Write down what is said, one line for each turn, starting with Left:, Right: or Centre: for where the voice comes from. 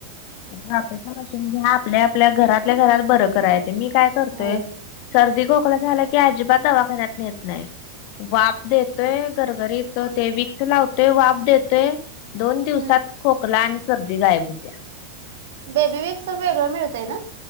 Left: वाफेच मशीन आपल्या आपल्या घरातल्या घरात बरं करायचं ते मी काय करतोय
Right: होय.
Left: सर्दी खोकला झाला की अजिबात दवाखान्यात नेत नाही. नाही वाफ देतोय घरघरीत ते विक्स लावतोय वाफ देते. दोन दिवसात
Right: हम्म
Left: खोकला आणि सर्दी गायब होतीया.
Right: बेबी व्हिक्स वेगळं मिळतय ना